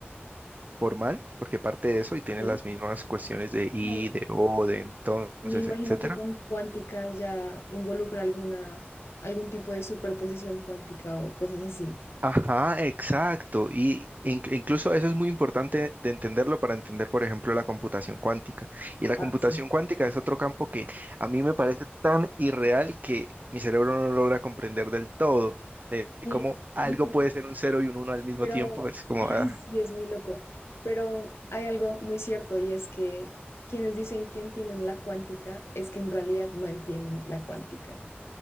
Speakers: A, on the right; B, on the left.
A: formal, porque parte de eso y tiene
B: Sí.
A: las mismas cuestiones de y,
B: Ay,
A: de o, de entonces,
B: Me imagino
A: etcétera.
B: que con cuántica ya involucra alguna, algún tipo de superposición cuántica o cosas así.
A: Ajá, exacto. Y in- incluso eso es muy importante de entenderlo para entender, por ejemplo, la computación cuántica. Y la
B: Ah,
A: computación
B: sí.
A: cuántica es otro campo que a mí me parece tan irreal que mi cerebro no logra comprender del todo, de
B: Sí,
A: cómo algo
B: literal,
A: puede ser un cero y un uno al mismo
B: pero
A: tiempo. Es como,
B: <laughs> ay,
A: ah,
B: sí es muy loco. Pero hay algo muy cierto y es que quienes dicen que entienden la cuántica es que en realidad no entienden la cuántica.